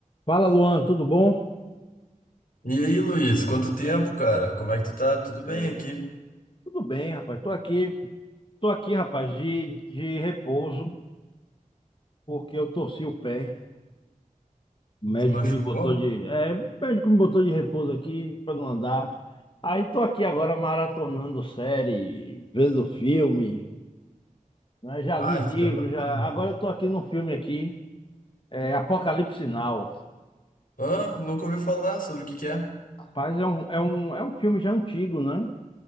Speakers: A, on the left; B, on the left.
A: Fala, Luan, tudo bom?
B: E aí, Luiz, quanto tempo, cara? Como é que tu tá? Tudo bem
A: É,
B: aqui?
A: tudo bem, rapaz. Tô aqui, tô aqui, rapaz, de, de repouso, porque eu torci o pé. O médico
B: Se machucou?
A: me botou de, é, o médico me botou de repouso aqui para não andar. Aí tô aqui agora maratonando série, vendo filme, né? Já
B: Ah,
A: li livro,
B: que ótimo.
A: já. Agora eu tô aqui num filme aqui, é Apocalipse Now.
B: Hã? Nunca ouvi falar sobre o que que é.
A: Rapaz, é um, é um, é um filme já antigo, né?